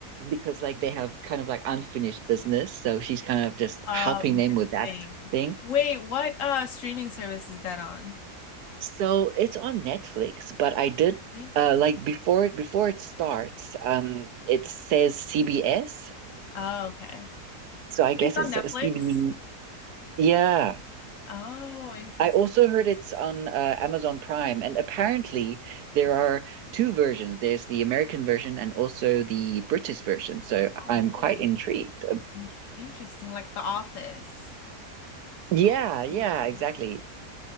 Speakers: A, on the right; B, on the left.
A: because like they have kind of like unfinished business. So she's kind of just
B: Oh,
A: helping
B: interesting.
A: them with that thing.
B: Wait, what uh streaming service is that on?
A: So it's on Netflix, but I did
B: Really?
A: uh like before it before it starts, um it says CBS.
B: Oh, okay.
A: So I guess
B: It's
A: it's
B: on Netflix.
A: a C B. yeah.
B: Oh, interesting.
A: I also heard it's on uh, Amazon Prime, and apparently there are two versions. There's the American version and also the British version. So
B: Oh,
A: I'm
B: really?
A: quite intrigued. Uh,
B: In interesting, like The Office.
A: Yeah,
B: I had no
A: yeah,
B: idea.
A: exactly.